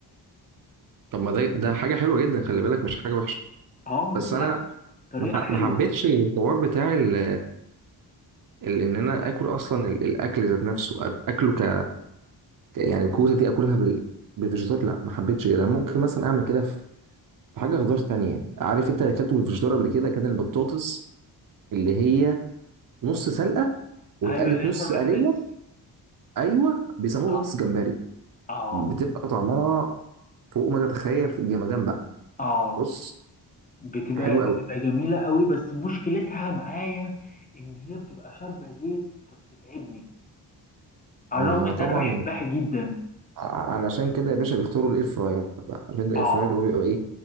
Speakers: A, on the right; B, on the left.
A: طب ما ده ده حاجه حلوه جدا خلي بالك مش حاجه وحشه
B: اه
A: بس
B: لا
A: انا
B: طريقة
A: ما ح-
B: حلوة
A: ما حبيتش الحوار بتاع ال... ال... ان انا اكل اصلا ال... الاكل ذات نفسه أك- اكله ك يعني الكوسه دي اكلها بال... بفيجيتار لا ما حبيتش كده أنا ممكن مثلا اعمل كده في حاجة خضار تانية عارف انت اللي اكلته بالفشدار قبل كده كان البطاطس اللي هي نص سلقة واتقلت
B: ايوه اللي هي
A: نص
B: الفارم
A: قلية
B: فريتس
A: ايوه بيسموها
B: اه
A: بطاطس جمبري
B: اه
A: بتبقى طعمها فوق ما تتخيل في الجمدان بقى
B: اه
A: بص
B: بتبقى
A: حلو قوي
B: بتبقى جميلة قوي بس مشكلتها معايا ان هي بتبقى شاربة زيت فبتتعبني على
A: اما
B: الرغم ان
A: طبعا
B: انا بحبها جدا
A: ع- علشان كده يا باشا بيختاروا الاير فراير بقى عارف انت الاير
B: اه
A: فراير اللي هو بيبقى ايه